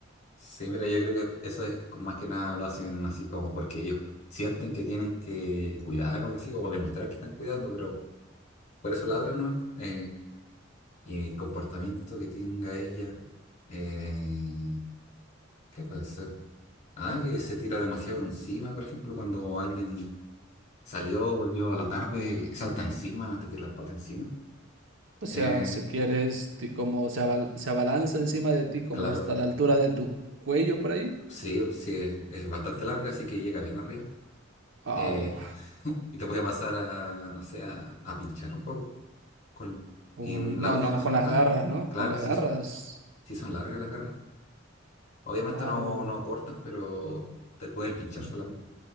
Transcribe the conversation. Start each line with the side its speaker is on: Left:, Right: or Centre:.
Left: Sí, mira, yo creo que eso es con- más que nada lo hacen así como porque ellos sienten que tienen que cuidar o algo así, o demostrar que están cuidando, pero por eso ladran, ¿no? Eh, y el comportamiento que tenga ella, eh, ¿qué puede ser? Ah, que se tira demasiado encima, por ejemplo, cuando alguien salió, volvió a la tarde y salta encima, te tira las patas encima.
Right: O sea,
Left: Eh,
Right: si quieres, ti- como se, abal- se abalanza encima de ti, como
Left: claro,
Right: hasta la altura de tu cuello por ahí.
Left: sí, sí, es, es bastante larga, así que llega bien arriba.
Right: Au.
Left: Eh, y te puede pasar a, no sé, a, a pinchar un poco. Con,
Right: Uy,
Left: y en
Right: no,
Left: la uña
Right: no,
Left: no son
Right: con las
Left: tan,
Right: garras, ¿no?
Left: claro,
Right: Con las
Left: sí
Right: garras.
Left: son, sí son largas las garras. Obviamente
Right: Au.
Left: no, no cortan, pero te pueden pinchar
Right: Mm.
Left: solamente,